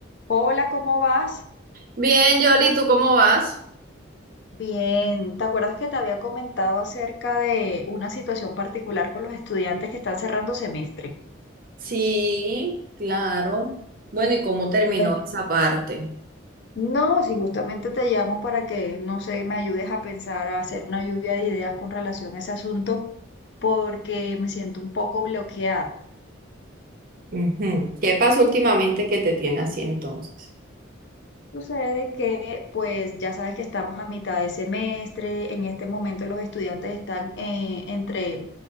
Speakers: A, on the left; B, on the right.
A: Hola, ¿cómo vas?
B: Bien, Yoli, ¿tú cómo vas?
A: Bien, ¿te acuerdas que te había comentado acerca de una situación particular con los estudiantes que están cerrando semestre?
B: Sí, claro. Bueno, ¿y cómo terminó
A: Pues,
B: esa parte?
A: No, si justamente te llamo para que, no sé, me ayudes a pensar, a hacer una lluvia de ideas con relación a ese asunto, porque me siento un poco bloqueada.
B: Ujú. ¿Qué pasó últimamente que te tiene así entonces?
A: Sucede que, pues, ya sabes que estamos a mitad de semestre. En este momento los estudiantes están eh, entre